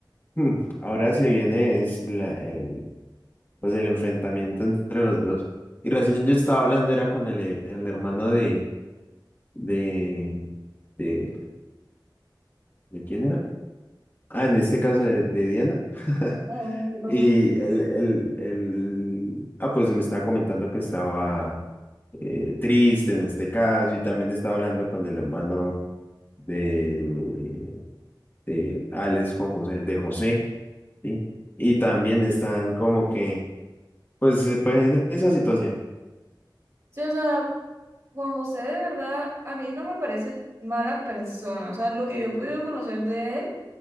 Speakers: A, on the left; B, on the right.
A: hmm, ahora se viene es la- el, pues el enfrentamiento entre los dos. Y recién yo estaba hablando era con el, he- el hermano de, de, de, ¿de quién era? Ah, en este caso de, de Diana. <laughs>
B: Oh, ¿qué pasó?
A: Y el, el, el, ah, pues me estaba comentando que estaba eh, triste en este caso y también estaba hablando con el hermano de de Alex Juan José, de José, ¿sí? Y también están como que, pues, eh, pues en esa situación.
B: Sí, o sea, Juan José de verdad a mí no me parece mala persona. O sea, lo que yo he podido conocer de él,